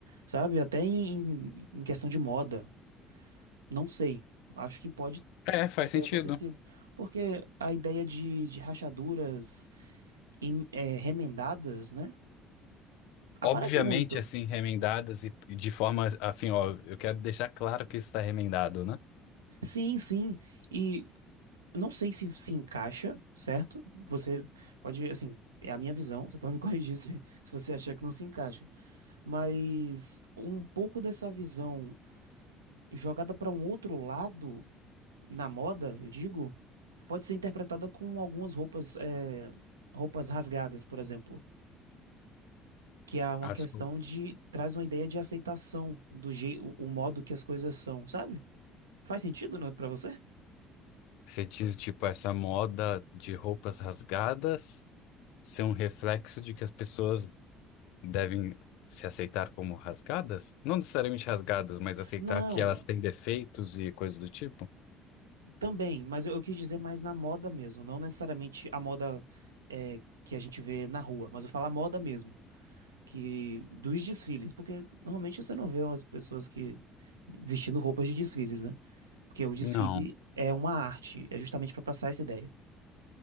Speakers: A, on the right (about 80°); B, on the left (about 60°).
A: sabe? Até em, em questão de moda, não sei, acho que pode
B: É, faz
A: ter
B: sentido.
A: acontecido, porque a ideia de, de rachaduras em- é, remendadas, né? Aparece
B: Obviamente,
A: muito.
B: assim, remendadas e e de forma, afim, ó, eu quero deixar claro que isso está remendado, né?
A: Sim, sim, E Não sei se se encaixa, certo? Você pode, assim, é a minha visão, você pode me <laughs> corrigir se, se você achar que não se encaixa. Mas um pouco dessa visão jogada para um outro lado na moda, eu digo, pode ser interpretada com algumas roupas, é, roupas rasgadas, por exemplo. Que é uma
B: As,
A: questão de, traz uma ideia de aceitação do jeito, o o modo que as coisas são, sabe? Faz sentido, né, para você?
B: Você diz, tipo, essa moda de roupas rasgadas ser um reflexo de que as pessoas devem se aceitar como rasgadas? Não necessariamente rasgadas, mas aceitar
A: Não,
B: que elas têm defeitos e coisas do tipo?
A: Também, mas eu, eu quis dizer mais na moda mesmo, não necessariamente a moda é, que a gente vê na rua, mas eu falo a moda mesmo, que dos desfiles, porque normalmente você não vê umas pessoas que vestindo roupas de desfiles, né? Porque o desfile
B: Não.
A: é uma arte, é justamente para passar essa ideia,